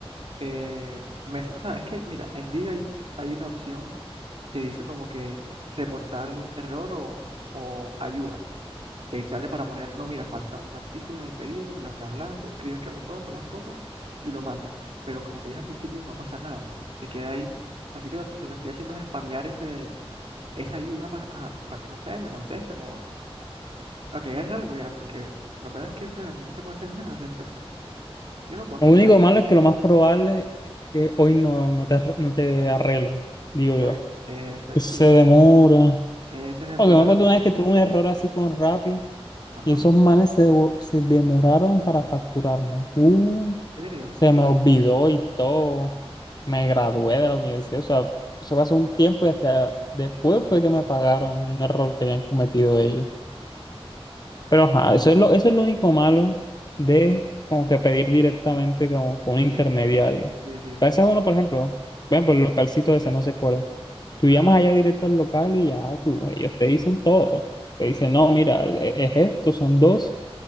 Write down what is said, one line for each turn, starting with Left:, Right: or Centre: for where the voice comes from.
Right: que me... O sea, es que, mira, en Didi hay, hay una opción que dice como que reportar error o, o ayuda. Y ahí sale para poner, no, mira, falta un artículo en el pedido, bla, bla, bla. Tú escribes qué pasó, tomas fotos y lo mandas. Pero como te dije al principio, no pasa nada. Se queda ahí. Así que lo, lo que estoy haciendo es spamear ese, esa ayuda para que, no sé, me contesten o a que hagan algo ya, porque la verdad es que o sea, no se puede hacer nada al respecto. Yo no puedo hacer
Left: Lo único
Right: nada. al respecto.
Left: malo es que lo más probable es que hoy no, no te, arre- no te arreglen, digo
Right: Eso
Left: yo.
Right: es, es- eso
Left: Que
Right: es-
Left: se
Right: sí,
Left: demora.
Right: ese es el
Left: Aunque
Right: problema.
Left: me acuerdo
Right: también.
Left: una vez que tuve un error así con Rappi
Right: Ajá,
Left: Y esos manes se, devo- se demoraron para facturarme. Uh,
Right: ¿en serio?
Left: se me olvidó y todo. Me
Right: ¿En
Left: gradué
Right: serio?
Left: de la universidad. O sea, eso pasó un tiempo y hasta después fue que me pagaron un error que habían cometido ellos. Pero ajá, eso es lo, eso es lo único malo de como que pedir directamente como con un
Right: Ok,
Left: intermediario.
Right: sí, sí,
Left: A veces uno, por ejemplo, ven por el localcito ese, no sé cuál es. Tú
Right: ajá,
Left: llamas allá directo al local y ya tú, ellos te dicen todo. Te dicen, no, mira, e- es esto, son dos.